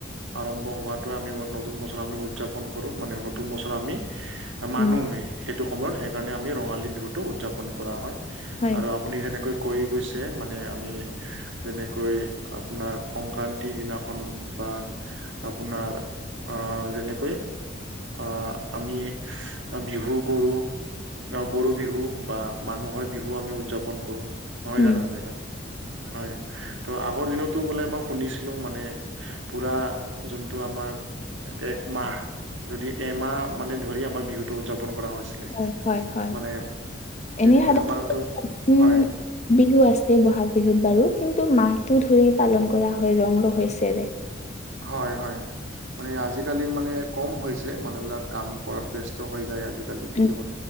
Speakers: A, on the right; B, on the left.
A: আৰম্ভ- হোৱাটোৱেই আমি নতুন বছৰ আমি উদযাপন কৰোঁ মানে নতুন বছৰ আমি মানোৱেই-
B: উম
A: সেইটো সময়ত সেইকাৰণে আমি ৰঙালী বিহুটো উদযাপন কৰা হয়
B: হয়
A: আৰু। আপুনি যেনেকৈ কৈ গৈছে মানে আমি। যেনেকৈ আপোনাৰ সংক্ৰান্তিৰ দিনাখন বা আপোনাৰ আ যেনেকৈ। আ আমি বিহু গৰু গৰু বিহু বা মানুহৰ বিহু আমি উদযাপন কৰোঁ। নহয়
B: উম
A: জানো এনেকুৱা হয়। ত' আগৰ দিনতো বোলে মই শুনিছিলোঁ মানে পুৰা যোনটো আমাৰ। একমাহ যদি এমাহ মানে ধৰি আমাৰ বিহুতটো উদযাপন কৰা হৈছে।
B: হয় হয় হয়
A: মানে সেনেকৈ
B: এনেই সাধাৰণ
A: আমাৰতো
B: উম
A: হয়।
B: বিহু আছে বহাগ বিহুত বাৰু কিন্তু মাহটো ধৰি পালন কৰা হয় ৰং ৰহস্যৰে।
A: হয় হয়। মানে আজিকালি মানে কম হৈছে মানুহ বিলাক কাম কৰাত ব্যস্ত হৈ যায়। আজিকালি
B: উম
A: জীৱন